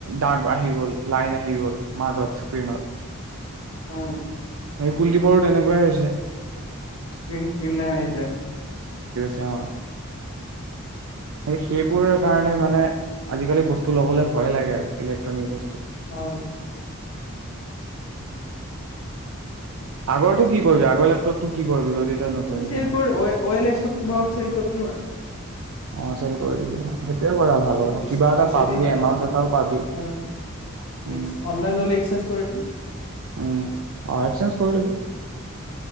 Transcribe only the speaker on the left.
উম,
গিন গিন লাইন আহে যে
অ',
এ চেল
কৰো অই অইলেক্স বহত চৰি কৰিট মই
ক'ৰবাত
বেছি
বেছি
দিম আৰু
নহ'লে
উম,
এক্স অনলাইন হ'লে এক্সচেঞ্জ কৰি দিম